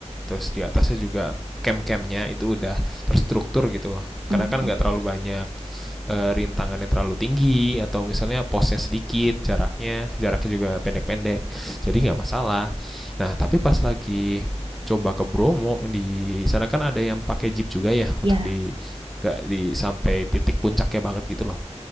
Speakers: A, in the centre; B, on the right.
A: terus di atasnya juga camp-campnya itu udah terstruktur gitu loh, karena
B: Mm, mm,
A: kan
B: mm.
A: nggak terlalu banyak eh, rintangan yang terlalu tinggi atau misalnya posnya sedikit jaraknya jaraknya juga pendek-pendek jadi nggak masalah nah tapi pas lagi coba ke Bromo di sana kan ada yang pakai jeep juga ya
B: Ya.
A: untuk di nggak di sampai titik puncaknya banget gitu loh